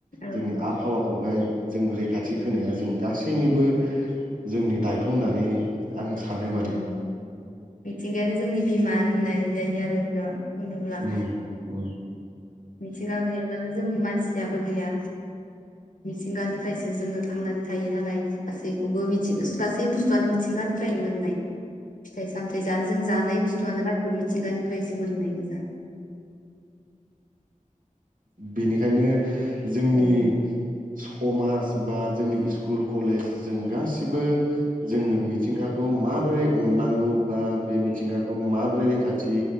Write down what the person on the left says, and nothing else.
औ
नंगौ
मिथिंगायानो जोंनि बिमा होननाय जायो जों होनोब्ला
मिथिंगा गैयाब्लानो जोंनि मानसियाबो गैया मिथिंगानिफ्रायसो जोङो थांनानै थायो नालाय गासैखौबो मिथि गासै बुस्थुआनो मिथिंगानिफ्राय नाय फिथाइ सामथाय जानो जों जानाय बुस्थुआनो गासिबो मिथिंगानिफ्रायस सोमोननाय गोजा
उम